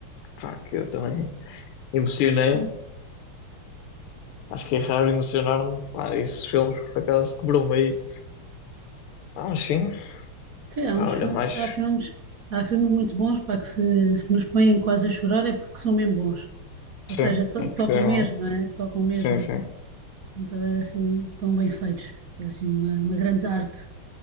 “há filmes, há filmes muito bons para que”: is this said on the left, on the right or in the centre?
Right